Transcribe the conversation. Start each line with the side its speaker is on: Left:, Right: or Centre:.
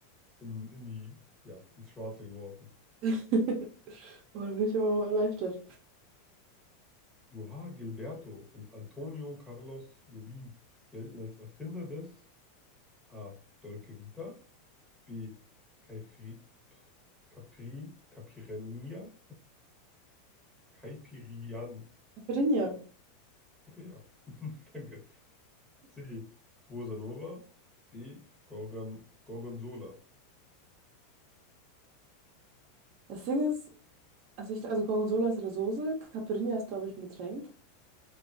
Centre: in, in die, ja, ins Schwarze geworfen.
Right: <laughs> Oh, da bin ich aber mal erleichtert.
Centre: João Gilberto und Antonio Carlos Jobim gelten als Erfinder des A. Dolce Vita, B. Caifri, pf, Capri, Capirania, Caipiriana.
Right: Caipirinha.
Centre: Okay, ja. <laughs> Danke. C. Bossa Nova, D. Gorgon, Gorgonzola.
Right: Das Ding ist, also, ich, also Gorgonzola ist eine Soße. Caipirinha ist, glaube ich, ein Getränk.